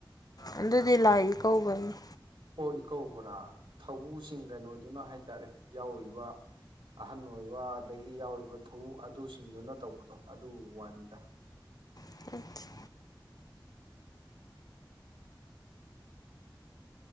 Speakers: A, on the left; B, on the right.
A: ꯑꯗꯨꯗꯤ ꯂꯥꯏ ꯏꯀꯧꯕꯩꯅꯤ
B: ꯑꯣ ꯏꯀꯧꯕꯕ꯭ꯔꯥ ꯊꯧꯕꯨꯁꯤꯡ ꯀꯩꯅꯣꯗꯨꯅ ꯍꯥꯏꯇꯥꯔꯦ ꯌꯥꯎꯔꯤꯕ ꯑꯍꯟ ꯑꯣꯏꯕ ꯑꯗꯒꯤ ꯌꯥꯎꯔꯤꯕ ꯊꯕꯨ ꯑꯗꯨꯁꯤꯡꯗꯨꯅ ꯇꯧꯕꯗꯣ ꯑꯗꯨ ꯋꯥꯟꯅꯦꯗ
A: <unintelligible>